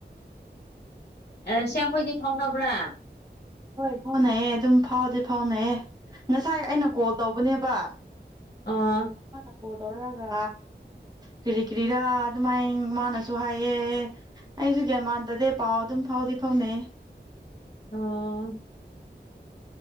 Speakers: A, on the left (about 40°); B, on the right (about 20°).
A: ꯑꯣ ꯁꯤ
B: ꯑꯗꯨꯝ
A: ꯑꯩꯈꯣꯏꯗꯤ ꯐꯥꯎꯅꯕ꯭ꯔꯥ
B: ꯍꯣꯏ ꯐꯥꯎꯅꯩꯌꯦ ꯑꯗꯨꯝ ꯐꯥꯎꯗꯤꯦ ꯐꯥꯎꯅꯩꯑꯌꯦ ꯉꯁꯥꯏ ꯑꯩꯅ ꯀꯣꯜ ꯇꯧꯕꯅꯦꯕ
A: ꯑꯥ
B: ꯃꯥꯅ ꯀꯣꯜ ꯇꯧꯔꯛꯑꯒ ꯀꯔꯤ ꯀꯔꯤꯔꯥ ꯑꯗꯨꯃꯥꯏ ꯃꯥꯅꯁꯨ ꯍꯥꯏꯌꯦ ꯑꯩꯁꯨ ꯀꯒꯌꯥ ꯃꯥꯟꯗꯗꯦ ꯄꯥꯎ ꯑꯗꯨꯝ ꯐꯥꯎꯗꯤ ꯐꯥꯎꯅꯩ
A: ꯑꯥ